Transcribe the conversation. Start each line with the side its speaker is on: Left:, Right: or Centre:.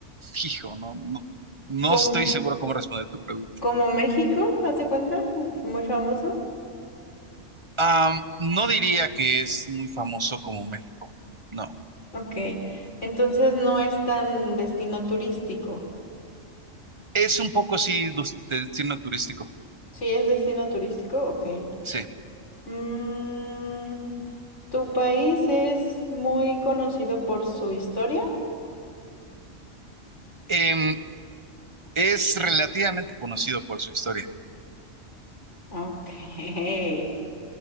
Right: hijo, no, no, no
Left: ¿Como,
Right: estoy seguro cómo responder tu pregunta.
Left: como México? ¿Hace cuenta? ¿Es muy famoso?
Right: Am, no diría que es muy famoso como México, no.
Left: Ok, entonces no es tan destino turístico.
Right: Es un poco sí dus- destino turístico,
Left: Sí, es destino turístico, ok.
Right: sí.
Left: Mm, ¿tu país es muy conocido por su historia?
Right: Em, es relativamente conocido por su historia,
Left: Ok, <laughs>